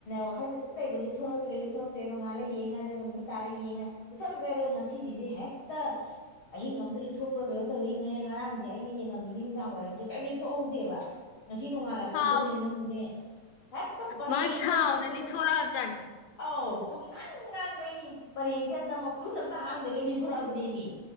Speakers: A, on the left; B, on the left.
A: ꯋꯥꯈꯟꯗ ꯑꯗꯨꯝ ꯂꯩꯕ ꯂꯤꯠꯊꯣꯔꯛꯇ꯭ꯔꯦ ꯂꯤꯊꯣꯔꯛꯇ꯭ꯔꯦ ꯅꯣꯡꯉꯥꯜꯂ ꯌꯦꯡꯉ ꯑꯗꯨꯒ ꯅꯨꯃꯤꯠ ꯇꯥꯔ ꯌꯦꯡꯉ ꯂꯤꯊꯣꯔꯛꯇ꯭ꯔꯦ ꯑꯗꯨꯒ ꯉꯁꯤꯁꯤꯗꯤ ꯍꯦꯛꯇ ꯑꯍꯤꯡ ꯑꯃꯗ ꯂꯤꯠꯊꯣꯛꯄ꯭ꯔꯥ ꯀꯩꯅꯣꯝ ꯇꯧꯋꯤꯅꯦ ꯉꯔꯥꯡꯁꯦ ꯑꯩꯅ ꯌꯦꯡꯉꯝꯃꯤꯅꯤ ꯅꯨꯡꯗꯥꯡ ꯋꯥꯏꯔꯝꯁꯦ ꯀꯔꯤꯝ ꯂꯤꯊꯣꯛꯍꯧꯗꯦꯕ ꯉꯁꯤ ꯅꯣꯡꯉꯥꯜꯂꯛꯄꯁꯤꯗꯅꯦ
B: ꯁꯥꯎꯗ
A: ꯅꯪꯕꯨꯅꯦ ꯍꯦꯛꯇ ꯄꯔꯦꯡꯁꯤꯗ
B: ꯃꯥ ꯁꯥꯎꯗ
A: ꯄꯨꯡ
B: ꯂꯤꯊꯣꯔꯛꯑꯕꯖꯥꯠꯅꯤ
A: ꯑꯥꯎ ꯄꯨꯡꯉꯥꯟ ꯄꯔꯦꯡꯁꯦ ꯍꯦꯛꯇ ꯃꯈꯨꯟ ꯑꯝꯇ ꯍꯥꯡꯗꯉꯩ ꯂꯤꯠꯊꯣꯔꯛꯑꯕꯅꯤ ꯃꯤ